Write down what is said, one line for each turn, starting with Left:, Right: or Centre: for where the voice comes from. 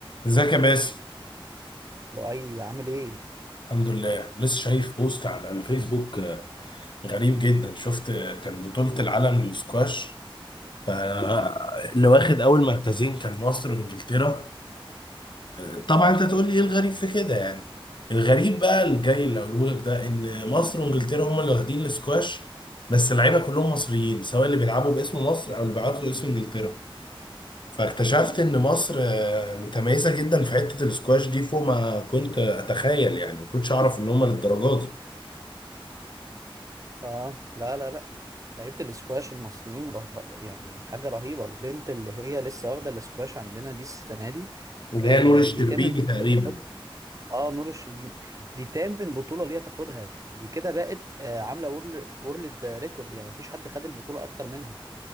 Left: ازيك يا باسم
Right: لؤي عامل ايه؟
Left: الحمد لله لسه شايف بوست على الفيسبوك آه، غريب جدا شفت آه، كان بطولة العالم للسكواش ف- آه، اللي واخد اول مركزين كان مصر وانجلترا آه، طبعا انت تقول لي ايه الغريب في كده يعني الغريب بقى الجاي اللي هقوله لك ده ان مصر وانجلترا هم اللي واخدين السكواش بس اللعيبه كلهم مصريين سواء اللي بيلعبوا باسم مصر او اللي بيلعبوا باسم انجلترا فاكتشفت ان مصر آه، متميزه جدا في حته السكواش دي فوق ما كنت اتخيل يعني ما كنتش اعرف ان هم للدرجه دي
Right: اه لا لا لا لعيبة الاسكواش المصريين ره... يعني حاجة رهيبة البنت اللي هي لسه واخدة الاسكواش عندنا دي السنة دي
Left: اللي
Right: آه
Left: هي نور الشربيني
Right: دي تامن بطولة
Left: تقريبا
Right: تاخدها اه نور الشربيني دي تامن بطولة ليها تاخدها دي كده بقت آه عاملة وورلد وورلد ريكورد يعني مفيش حد خد البطولة أكتر منها